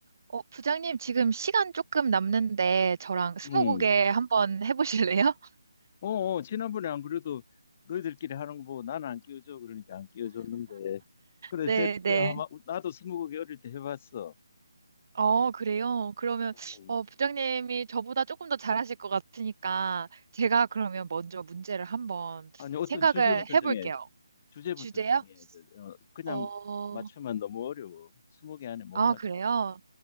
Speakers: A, on the right; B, on the left.
A: 어, 부장님, 지금 시간 조금 남는데, 저랑 스무고개
B: 응.
A: 한번 해보실래요? <laughs>
B: 어, 어, 지난번에 안 그래도 너희들끼리 하는 거 보고 나는 안 끼워줘. 그러니까 안 끼워줬는데. 그래,
A: 네,
B: 됐, 그,
A: 네.
B: 아마, 나도 스무고개 어릴 때 해봤어.
A: 어, 그래요? 그러면,
B: 음.
A: 어, 부장님이 저보다 조금 더 잘하실 것 같으니까, 제가 그러면 먼저 문제를 한번
B: 아니, 어떤
A: 생각을
B: 주제부터
A: 해볼게요.
B: 정해. 주제부터
A: 주제요?
B: 정해. 어, 그냥
A: 어,
B: 맞추면 너무 어려워. 스무개 안에 못
A: 아,
B: 맞춰.
A: 그래요?